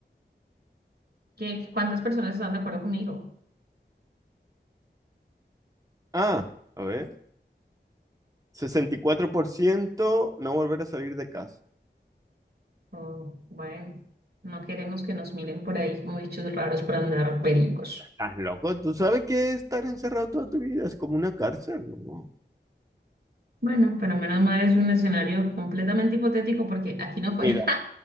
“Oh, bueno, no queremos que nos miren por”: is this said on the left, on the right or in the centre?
Right